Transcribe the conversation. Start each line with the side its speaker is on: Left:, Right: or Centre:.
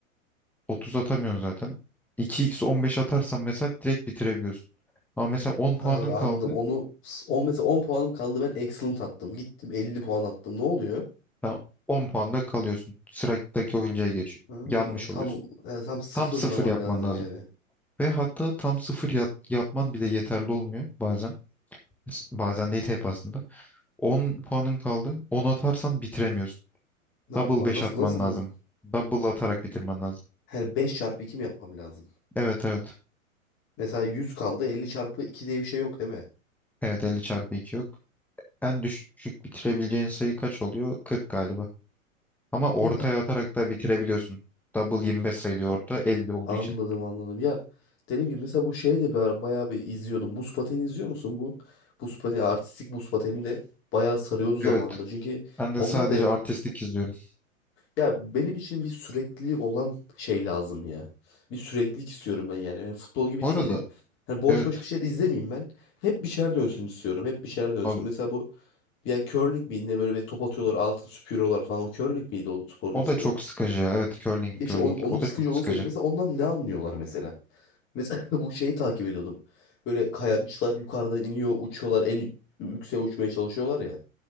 Centre: 30 atamıyorsun zaten. 2x 15 atarsan mesela direkt bitirebiliyorsun. Ama mesela 10
Left: Ha,
Centre: puanın kaldı.
Left: anladım. Onu on mesela 10 puanım kaldı ben excellent attım. Gittim 50 puan attım. Ne oluyor?
Centre: Tamam. 10 puanda kalıyorsun. Sıradaki oyuncuya geçiyor.
Left: Ha,
Centre: Yanmış
Left: tam
Centre: oluyorsun.
Left: yani tam sıfırlaman
Centre: Tam sıfır yapman
Left: lazım
Centre: lazım.
Left: yani.
Centre: Ve hatta tam sıfır yap- yapman bile yeterli olmuyor bazen. S- Bazen değil hep aslında. 10 puanın kaldı. 10 atarsan bitiremiyorsun.
Left: Ne yapmam?
Centre: Double 5
Left: Nasıl
Centre: atman
Left: nasıl?
Centre: lazım. Double atarak bitirmen lazım.
Left: Yani 5 çarpı 2 mi yapmam lazım?
Centre: Evet evet.
Left: Mesela 100 kaldı 50 çarpı 2 diye bir şey yok değil mi?
Centre: Evet 50 çarpı 2 yok. En düşük bitirebileceğin sayı kaç oluyor? 40 galiba. Ama ortaya
Left: Ya
Centre: atarak da bitirebiliyorsun. Double 25 sayılıyor orta 50
Left: <clears throat>
Centre: olduğu
Left: anladım
Centre: için.
Left: anladım. Ya dediğim gibi mesela bu şeye de ba- bayağı bir izliyordum. Buz pateni izliyor musun? Bu buz pateni artistik buz pateni de bayağı sarıyordu zamanında.
Centre: Evet.
Left: Çünkü
Centre: Ben de
Left: onlar
Centre: sadece
Left: da
Centre: artistik izliyorum.
Left: ya benim için bir sürekli olan şey lazım ya. Bir süreklilik istiyorum ben yani. Yani futbol gibi
Centre: Bu
Left: değil
Centre: arada
Left: de hani boş
Centre: Evet
Left: boş bir şey de izlemeyeyim ben. Hep bir şeyler dönsün istiyorum. Hep bir şeyler dönsün.
Centre: abi
Left: Mesela bu ya curling miydi ne böyle ve top atıyorlar altın süpürüyorlar falan. O curling miydi o sporun
Centre: o
Left: ismi?
Centre: da çok sıkıcı ya. Evet curling
Left: İşte
Centre: curling
Left: on- onun
Centre: o
Left: sıkıcı
Centre: da çok
Left: olduğunu
Centre: sıkıcı.
Left: söyleyeyim. Mesela ondan ne anlıyorlar mesela? Mesela <laughs> bu şeyi takip ediyordum. Böyle kayakçılar yukarıdan iniyor, uçuyorlar, en yükseğe uçmaya çalışıyorlar ya.